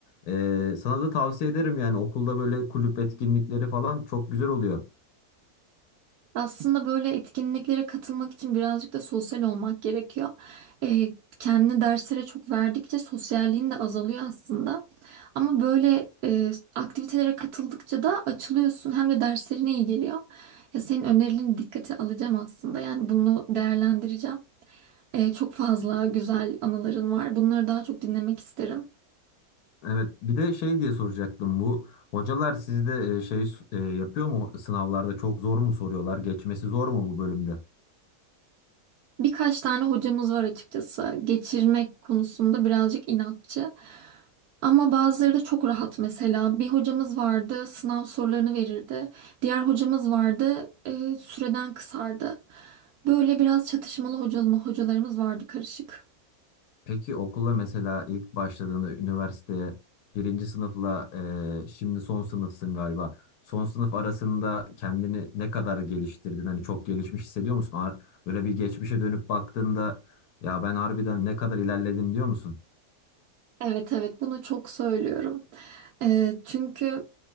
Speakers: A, on the left; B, on the right.
A: E, sana da tavsiye ederim yani okulda böyle kulüp etkinlikleri falan çok güzel oluyor.
B: Aslında böyle etkinliklere katılmak için birazcık da sosyal olmak gerekiyor. Ee, kendini derslere çok verdikçe sosyalliğin de azalıyor aslında. Ama böyle e, aktivitelere katıldıkça da açılıyorsun hem de derslerine iyi geliyor. Ya senin önerilerini dikkate alacağım aslında. Yani bunu değerlendireceğim. Ee, çok fazla güzel anıların var. Bunları daha çok dinlemek isterim.
A: Evet, bir de şey diye soracaktım. Bu hocalar sizde e, şey e, yapıyor mu sınavlarda çok zor mu soruyorlar? Geçmesi zor mu bu bölümde?
B: Birkaç tane hocamız var açıkçası. Geçirmek konusunda birazcık inatçı. Ama bazıları da çok rahat mesela. Bir hocamız vardı, sınav sorularını verirdi. Diğer hocamız vardı, e, süreden kısardı. Böyle biraz çatışmalı hocalı hocalarımız vardı karışık.
A: Peki okula mesela ilk başladığında üniversiteye birinci sınıfla e, şimdi son sınıfsın galiba. Son sınıf arasında kendini ne kadar geliştirdin? Hani çok gelişmiş hissediyor musun? Ar- Böyle bir geçmişe dönüp baktığında ya ben harbiden ne kadar ilerledim diyor musun?
B: Evet evet bunu çok söylüyorum. E, çünkü